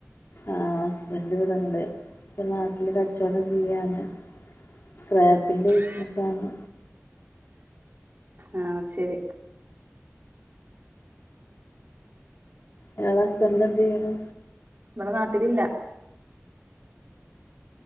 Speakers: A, on the left (about 55°); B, on the right (about 40°).
A: ആ ഹസ്ബന്റ് ഇവടെണ്ട് ഇപ്പ നാട്ടില് കച്ചോടം ചീയാണ്. സ്ക്രാപ്പിന്റെ
B: ആ ശരി
A: ബിസ്നസാണ്.
B: ആ ശെരി.
A: ങ്ങളെ ഹസ്ബന്റ് എന്തീയ്ണു?
B: ഇമവടെ നാട്ടിലില്ല.